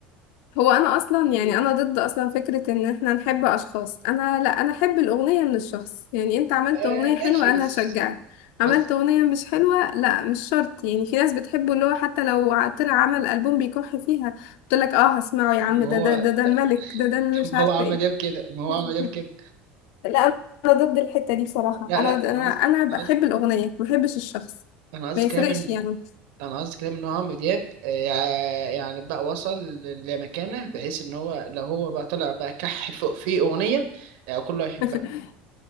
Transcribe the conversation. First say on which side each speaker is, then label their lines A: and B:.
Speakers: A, on the left; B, on the right.
A: هو انا اصلا يعني انا ضد اصلا فكرة ان احنا نحب اشخاص انا لا انا احب الاغنية من الشخص يعني انت عملت
B: آه
A: اغنية حلوة
B: ماشي
A: انا
B: بس
A: هشجعك عملت
B: بس
A: اغنية مش حلوة لا مش شرط يعني في ناس بتحبه اللي هو حتى لو ع- طلع عمل البوم بيكح فيها تقول لك اه هسمعه يا عم
B: طب ما
A: ده
B: هو
A: ده ده ده الملك ده ده اللي
B: <laughs> طب
A: مش
B: ما
A: عارفة
B: هو عمرو
A: ايه
B: دياب كده ما هو
A: <laughs>
B: عمرو دياب كده
A: لا انا ضد الحته دي بصراحه
B: لا
A: انا
B: لا
A: انا
B: أنا
A: انا
B: قصدي أنا
A: بحب
B: قصدي
A: الاغنيه ما بحبش الشخص
B: أنا قصدي
A: ما يفرقش
B: كمان
A: يعني
B: انا قصدي كلام ان هو عمرو دياب آه، يع- يعني بقى وصل لمكانه بحيث ان هو لو هو بقى طلع بقى كح فوق في اغنيه آه، كله يحبها
A: <laughs>